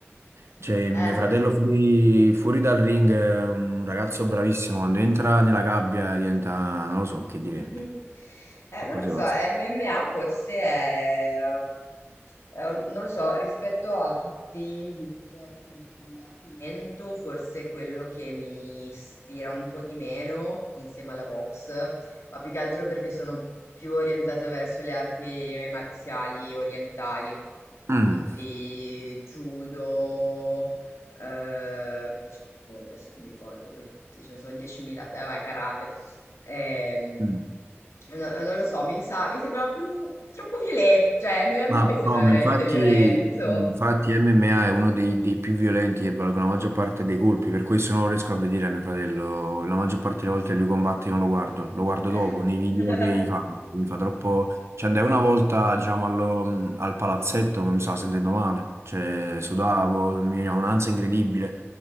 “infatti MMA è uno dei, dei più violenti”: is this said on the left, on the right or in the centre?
Right